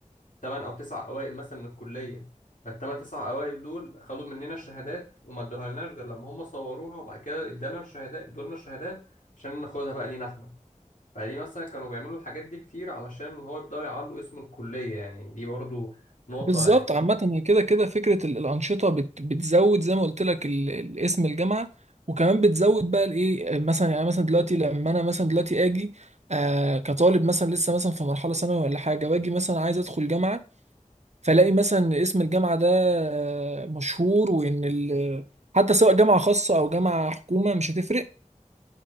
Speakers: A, on the left; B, on the right.
A: تمن او تسع اوائل مثلا من الكليه فالتمن تسع اوائل دول خدوا مننا الشهادات وما ادوها لناش غير لما هم صوروها وبعد كده ادالنا الشهادات ادولنا الشهادات عشان ناخدها بقى لينا احنا فدي مثلا كانوا بيعملوا الحاجات دي كتير علشان اللي هو يبداوا يعلوا اسم الكليه يعني دي برضو نقطه
B: بالظبط
A: يعني
B: عامة هي كده كده فكرة ال- الأنشطة بت بتزود زي ما قلت لك ال- ال- اسم الجامعة وكمان بتزود بقى الإيه مثلا يعني مثلا دلوقتي لما أنا مثلا دلوقتي آجي آه كطالب مثلا لسه مثلا في مرحلة ثانوي ولا حاجة وآجي مثلا عايز أدخل جامعة فلاقي مثلا إن اسم الجامعة ده آه، مشهور وإن ال حتى سواء جامعة خاصة أو جامعة حكومة مش هتفرق